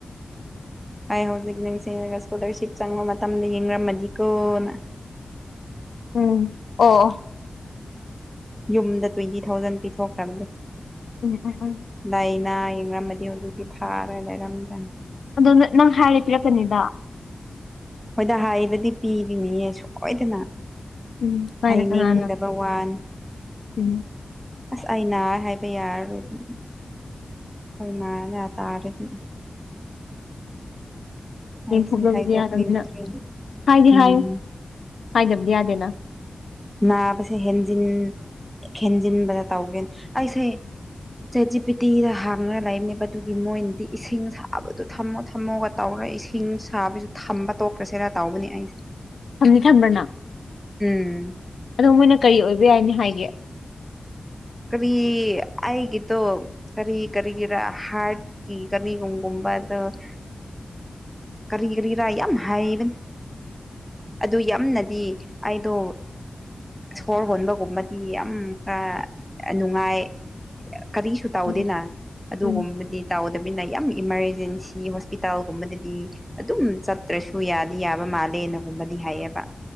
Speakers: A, in the centre; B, on the left.
A: ꯍꯥꯏꯥꯏ ꯍꯧꯖꯤꯛ ꯅꯤꯡꯁꯤꯒꯨꯗ ꯁꯤꯞ ꯆꯪꯉꯣ ꯃꯇꯝꯗ ꯌꯦꯡꯃꯗꯤꯀꯣꯅ <inaudible>
B: ꯎꯝ ꯑꯣ
A: ꯌꯨꯝꯗ ꯇ꯭ꯋꯦꯟꯇꯤ ꯊꯥꯎꯖꯟ ꯄꯤꯊꯣꯛꯈ꯭ꯔꯕꯗꯨ
B: ꯎꯝ ꯎꯝ ꯎꯝ
A: ꯂꯥꯏꯅꯥ ꯈꯪꯔꯝꯃꯗꯤ ꯍꯧꯖꯤꯛꯇꯤ ꯐꯥꯔ ꯂꯩꯔꯝꯗꯅꯤ
B: ꯑꯗꯣ ꯅꯪ ꯍꯥꯏꯔꯦ ꯄꯤꯔꯛꯀꯅꯤꯗ
A: ꯍꯣꯏꯗ ꯍꯥꯏꯗꯗꯤ ꯄꯤꯔꯤꯅꯤꯌꯦ ꯁꯣꯏꯗꯅ
B: ꯎꯝ ꯀꯥꯏꯅ
A: ꯍꯩꯅꯤꯡꯗꯕ
B: ꯀꯅꯥꯅ
A: ꯋꯥꯟ
B: ꯎꯝ
A: ꯑꯁ ꯑꯩꯅ ꯍꯥꯏꯕ ꯌꯥꯔꯔꯗꯤ ꯑꯩꯣꯏ ꯃꯥꯅꯦ ꯇꯥꯔꯗꯤ ꯑꯩꯁꯦ
B: ꯌꯦꯡꯊꯣꯛꯇꯕꯗꯤ
A: ꯍꯥꯏꯗꯣꯛꯅꯤꯡꯗ꯭ꯔꯦ
B: ꯌꯥꯗꯅꯤꯅ ꯍꯥꯏꯗꯤ
A: ꯎꯝ
B: ꯍꯥꯏꯌꯨ ꯍꯥꯏꯗꯕꯗꯤ ꯌꯥꯗꯦꯅ
A: ꯅꯥꯕꯁꯦ ꯍꯦꯟꯖꯤꯟ ꯍꯦꯟꯖꯤꯟꯕꯗ ꯇꯧꯒꯦ ꯑꯩꯁꯦ ꯆꯦꯆꯤ ꯄꯤꯇꯤꯗ ꯍꯥꯡꯅꯅ ꯂꯩꯔꯝꯅꯦꯕ ꯑꯗꯨꯒꯤ ꯃꯣꯏꯅꯗꯤ ꯏꯁꯤꯡ ꯊꯛꯕꯗꯣ ꯊꯝꯃꯣ ꯊꯝꯃꯣꯒ ꯇꯧꯔꯒ ꯏꯁꯤꯡ ꯁꯥꯕꯁꯨ ꯊꯝꯕ ꯇꯣꯛꯈ꯭ꯔꯁꯤꯦꯔ ꯇꯧꯕꯅꯦ ꯑꯩꯁꯦ
B: ꯊꯝꯅꯤ ꯊꯝꯕ꯭ꯔꯅ
A: ꯎꯝ
B: ꯑꯗꯣ ꯃꯣꯏꯅ ꯀꯔꯤ ꯑꯣꯏꯕ ꯌꯥꯏꯅꯤ ꯍꯥꯏꯒꯦ
A: ꯀꯔꯤ ꯑꯩꯒꯤꯇꯣ ꯀꯔꯤ ꯀꯔꯤꯒꯤꯔ ꯍꯥꯔꯠꯀꯤ ꯀꯔꯤꯒꯨꯝꯒꯨꯝꯕ ꯕꯗꫭ ꯀꯔꯤ ꯀꯔꯤꯔ ꯌꯥꯝ ꯍꯥꯏꯕꯅ ꯑꯗꯨ ꯌꯥꯝꯅꯗꯤ ꯑꯩꯗꯣ ꯁꯣꯔ ꯍꯣꯟꯕꯒꯨꯝꯕꯗꯤ ꯌꯥꯝ ꯈꯔ ꯅꯨꯡꯉꯥꯏ ꯀꯔꯤꯁꯨ ꯇꯧꯗꯦꯅ
B: ꯎꯝ
A: ꯑꯗꯨꯒꯨꯝꯕꯗꯤ
B: ꯎꯝ
A: ꯇꯧꯗꯕꯅꯤꯅ ꯌꯥꯝ ꯏꯃꯥꯔꯖꯦꯟꯁꯤ ꯍꯣꯁꯄꯤꯇꯥꯜ ꯒꯨꯝꯕꯗꯗꯤ ꯑꯗꯨꯝ ꯆꯠꯇ꯭ꯔꯁꯨ ꯌꯥꯗꯤ ꯌꯥꯕ ꯃꯥꯜꯂꯦꯅꯒꯨꯝꯕꯗꯤ ꯍꯥꯏꯌꯦꯦꯕ